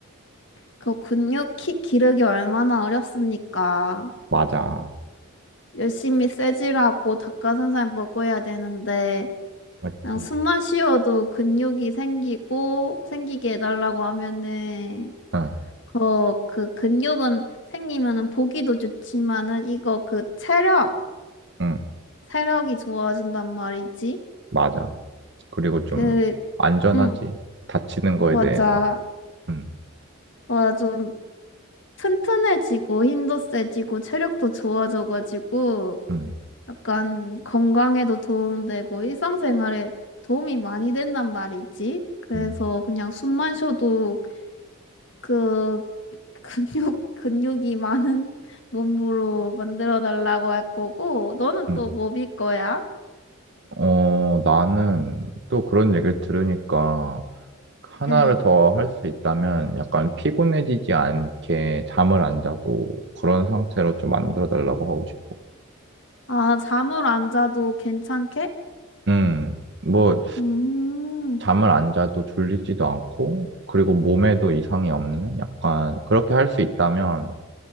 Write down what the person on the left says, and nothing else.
그 근육 키, 기르기 얼마나 어렵습니까?
열심히 쇠질하고 닭가슴살 먹어야 되는데
그냥 숨만 쉬어도 근육이 생기고 생기게 해달라고 하면은
그, 그 근육은 생기면은 보기도 좋지만은 이거 그 체력
체력이 좋아진단 말이지.
그
음,
맞아.
와, 좀 튼튼해지고 힘도 세지고 체력도 좋아져가지고
약간 건강에도 도움되고 일상생활에 도움이 많이 된단 말이지. 그래서
그냥 숨만 쉬어도 그 <laughs> 근육, 근육이 많은 <laughs> 몸으로 만들어 달라고 할 거고, 너는
또 뭐 빌 거야?
응.
아, 잠을 안 자도 괜찮게?
음.